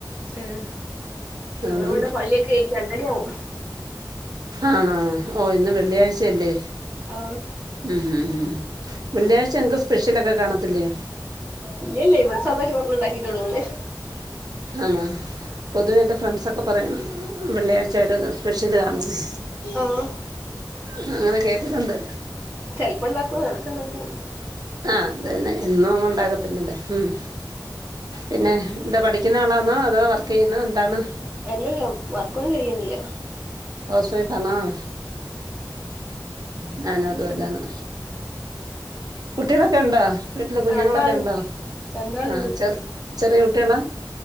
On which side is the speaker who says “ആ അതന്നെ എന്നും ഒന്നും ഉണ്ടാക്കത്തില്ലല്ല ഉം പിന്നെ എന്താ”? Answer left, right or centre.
Right